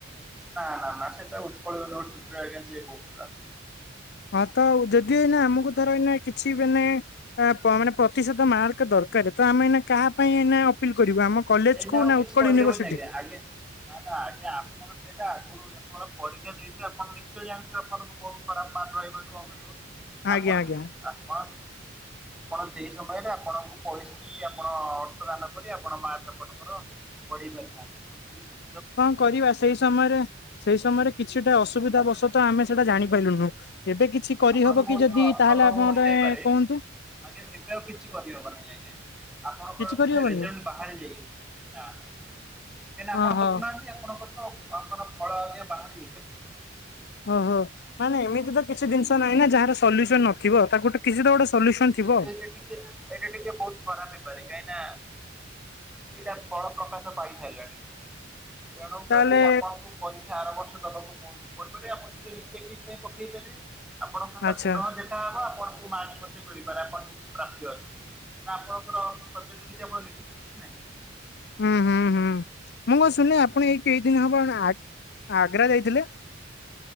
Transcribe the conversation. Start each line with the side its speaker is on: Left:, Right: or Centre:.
Centre: ନା ନା ନା ସେଟା ଉତ୍କଳ ୟୁନିଭରସିଟିରୁ ଆଜ୍ଞା ଚେକ୍ ହଉଥିଲା।
Left: ହଁ ତ ଆଉ ଯଦି ଏଇନା ଆମକୁ ଧର ଏଇନା କିଛି ମାନେ ବାପା ପ୍ରତିଶତ ମାର୍କ ଦରକାର ତ ଆମେ ଏଇନା କାହା ପାଇଁ ଏଇନା ଅପିଲ କରିବୁ ଆମ କଲେଜ
Centre: ସେଇଟା
Left: କୁ
Centre: ଆଉ
Left: ନା
Centre: କିଛି
Left: ଉତ୍କଳ
Centre: କରିହେବନି
Left: ୟୁନିଭର୍ସିଟି
Centre: ଆଜ୍ଞା
Left: କୁ
Centre: ଆଗେ ନା ନା ଆଗେ ଆପଣ ସେଇଟା ଆଗରୁ ତୁମର ପରୀକ୍ଷା ଦେଇଥିଲେ ଆପଣ ନିଶ୍ଚୟ ଜାଣିଥିବେ ଆପଣଙ୍କୁ ବହୁତ ଖରାପ ମାର୍କ ରହିବ କଣ କରିବ?
Left: ଆଜ୍ଞା
Centre: ଆପଣ
Left: ଆଜ୍ଞା
Centre: ସେ ଆପଣ ଆପଣ ସେଇ ସମୟରେ ଆପଣଙ୍କୁ ପଇସା କିଛି ଆପଣ ଅର୍ଥଦାନ କରି ଆପଣ ମାର୍କ ଆପଣଙ୍କର ବଢେଇ ପାରିଥାନ୍ତେ ଏମିତି କି
Left: କଣ କରିବା ସେଇ ସମୟରେ। ସେଇ ସମୟରେ କିଛିଟା ଅସୁବିଧା
Centre: ଆଜ୍ଞା
Left: ବଶତଃ ଆମେ ସେଇଟା ଜାଣିପାଇଲୁନୁ ଏବେ କି ଛି କରିହବ
Centre: ଆପଣଙ୍କୁ ବହୁତ
Left: କି ଯଦି
Centre: ଅର୍ଥ
Left: ତାହେଲେ
Centre: ଅଭାବ
Left: ଆପଣ
Centre: ହୋଇଯାଇପାରେ
Left: ମତେ କୁହନ୍ତୁ।
Centre: ଆଜ୍ଞା ଏବେ ଆଉ କିଛି କରିହବ ନାହିଁ ଆଜ୍ଞା। ଆପଣଙ୍କର
Left: କିଛି
Centre: ମାନେ
Left: କରିହବନି?
Centre: ରେଜଲ୍ଟ ବାହରି ଯାଇଛି ନା ନା। କାହିଁ ନା
Left: ହଁ
Centre: ଆପଣ
Left: ହଁ
Centre: ଦେଖୁନାହାନ୍ତି ଆପଣଙ୍କର ତ ଆପଣ ଫଳ ଆଜ୍ଞା ବାହାରି ଯାଇଛି ଆପଣ।
Left: ଓହୋ ମାନେ ଏମିତି ତ କିଛି ଜିନିଷ ନାହିଁ ନା ଯାହାର ସଲ୍ୟୁସନ ନଥିବ ତାକୁ ଟି କିଛି ତ ଗୋଟେ ସଲ୍ୟୁସନ୍ ଥିବ।
Centre: ଏ ଟିକେ ଏଇଟା ଟିକେ ବହୁତ ଖରାପ ହେଇପାରେ କାହିଁକି ନା ଏଇଟା ଫଳ ପ୍ରକାଶ। ପାଇ ସାରିଲାଣି ତେଣୁ
Left: ତାହେଲେ
Centre: କରି ଆପଣଙ୍କୁ। ପରୀକ୍ଷା ଆର ବର୍ଷ ଦବାକୁ <unintelligible> ପଡିପାରେ ଆପଣ ରିଚେକିଙ୍ଗ ପାଇଁ ପକେଇ ପାରିବେ। ଆପଣଙ୍କ ଖାତା
Left: ଆଚ୍ଛା
Centre: ପୁନଃ ଦେଖାହବ ଆପଣଙ୍କୁ ମାର୍କ ମ ମିଳିପାରେ ଆପଣ ଯଦି ପ୍ରାପ୍ୟ ଅଛନ୍ତି ନା ଆପଣଙ୍କର ସବଜେକ୍ଟ ରୁ କିଛି ଆପଣ ଲେଖିଥିଲେ ନା ନାହିଁ?
Left: ହୁଁ ହୁଁ ହୁଁ ମୁଁ କଣ ଶୁଣିଲି ଆପଣ ଏଇ କେଇଦିନ ହବ ଆ-ଆଗ୍ରା ଯାଇଥିଲେ।